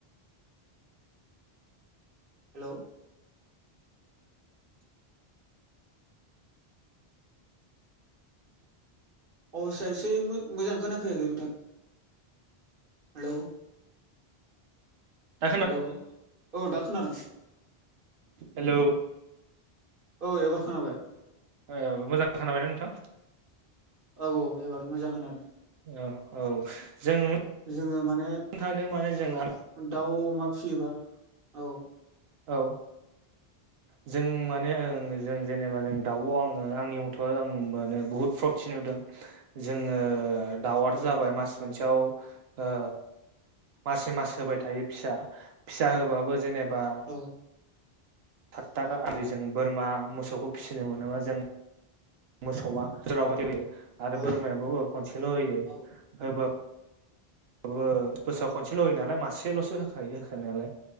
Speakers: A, on the right (about 55°); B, on the right (about 75°).
A: हेल' अबस्थाया एसे मोजां खोनाफैयाखै नोंथां हेल'
B: दा
A: हेल' औ दा खोनादों
B: हेल'
A: औ एबार खोनाबाय
B: औ मोजां खोनाबायना नोंथां
A: औ औ एबार मोजां खोनादों
B: औ औ जों नुनो
A: जोङो माने
B: थांदों माने जों
A: औ दाउ अमा फिसियोबा औ
B: औ
A: <inaudible>
B: जों माने जों जेनेबा जों दाउ आङो आंनि मथ' आं माने बुहुत <unintelligible> नुदों जोङो दाउआथ'
A: औ
B: जाबाय मास मोनसेयाव ओ मसे मास होबाय थायो फिसा फिसा होबाबो जेनेबा
A: औ
B: <unintelligible> आरि जों बोरमा मोसौखौ फिसिनो मोनोबा जों मोसौआ बोसोराव खनसेल' होयो आरो
A: औ
B: बोरमायाबो खनसेल' होयो
A: औ
B: <unintelligible> बोसोराव
A: औ
B: खनसेल' होयो नालाय मासेल'सो होखायो होखानायालाय